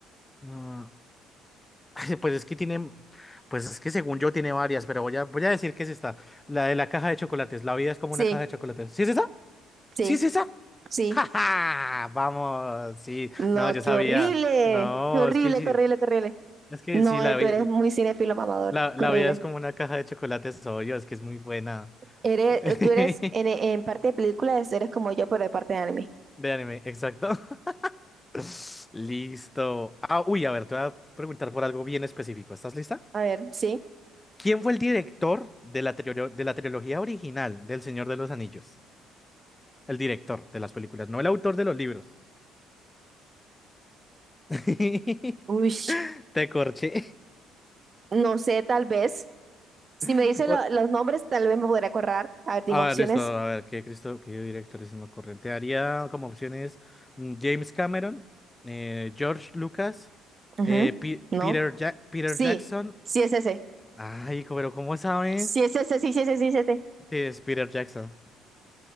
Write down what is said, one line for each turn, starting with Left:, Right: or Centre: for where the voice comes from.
Left: ah, <laughs> Ay, Pues es que tiene, pues es que según yo tiene varias, pero voy a, voy a decir que es esta, la de la caja de chocolates. La vida es como
Right: Sí,
Left: una caja de chocolates. ¿Sí es esa?
Right: sí,
Left: ¿Sí es esa? <laughs>
Right: sí.
Left: ¡Ja, ja! Vamos, sí.
Right: No,
Left: No, yo
Right: qué
Left: sabía.
Right: horrible.
Left: No,
Right: Qué horrible,
Left: es que sí,
Right: qué horrible, qué horrible.
Left: es que
Right: No,
Left: sí, la
Right: eh,
Left: vida,
Right: tú eres muy cinéfilo mamador.
Left: la, la
Right: Qué horrible.
Left: vida es como una caja de chocolates, obvio, es que es muy buena.
Right: Eres,
Left: <laughs>
Right: tú eres en, en parte de películas, eres como yo, pero de parte de anime.
Left: De anime, exacto. <laughs> Listo. Ah, uy, a ver, te voy a preguntar por algo bien específico. ¿Estás lista?
Right: A ver, sí.
Left: ¿Quién fue el director de la, trio- de la trilogía original del Señor de los Anillos? El director de las películas, no el autor de los libros. <laughs>
Right: uy.
Left: Te corché.
Right: No sé, tal vez. Si
Left: <laughs>
Right: me dice lo-
Left: O-
Right: los nombres, tal vez me podré acordar. A ver, dime
Left: Ah,
Right: opciones.
Left: listo. A ver, ¿qué, Cristo, qué director es me ocurre? haría como opciones mm, James Cameron, eh, George Lucas,
Right: Ujú,
Left: eh, Pi-
Right: No.
Left: Peter, Ja- Peter
Right: Sí,
Left: Jackson.
Right: sí es ese.
Left: Ay, co- pero ¿cómo sabes?
Right: Sí es ese, sí, sí sí ese, sí es ese.
Left: Sí, es Peter Jackson.